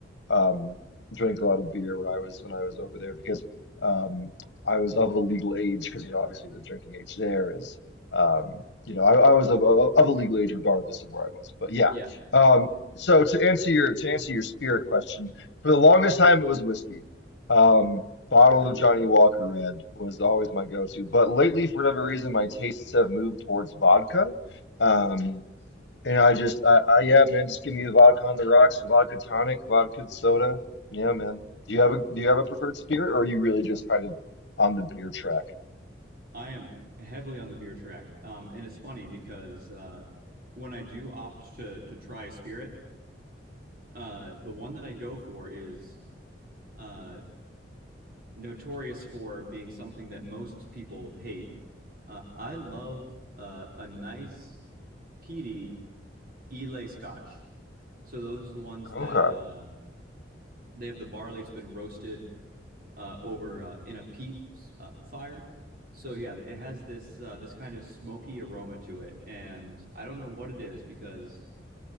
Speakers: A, on the left; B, on the right.
A: um, drank a lot of beer when I was when I was over there because um, I was of a legal age because you know obviously the drinking age there is um, you know I, I was of, of of a legal age regardless of where I was but yeah
B: Yeah.
A: um, so to answer your to answer your spirit question for the longest time it was whiskey um, bottle
B: hmm
A: of Johnny Walker Red was always my go-to but lately for whatever reason my tastes have moved towards vodka. Um, and I just, I, I, yeah, man, just give me the vodka on the rocks, vodka tonic, vodka soda. Yeah, man. Do you have a, do you have a preferred spirit, or are you really just kind of on the beer track?
B: I am heavily on the beer track, um, and it's funny because uh, when I do opt to to try a spirit, uh, the one that I go for is. uh, notorious for being something that most people hate. Uh, I love uh, a nice peaty Islay Scotch. So those are the ones
A: Okay.
B: that uh, they have the barley. It's been roasted uh, over uh, in a peat uh, fire. So yeah, it has this uh, this kind of smoky aroma to it, and I don't know what it is because